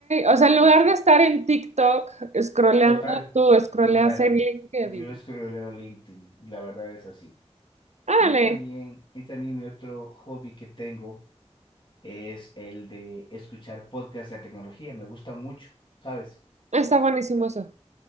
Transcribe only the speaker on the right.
o sea, en lugar de estar en TikTok scrolleando,
tú scrolleas
en LinkedIn.
Órale,
está buenísimo eso.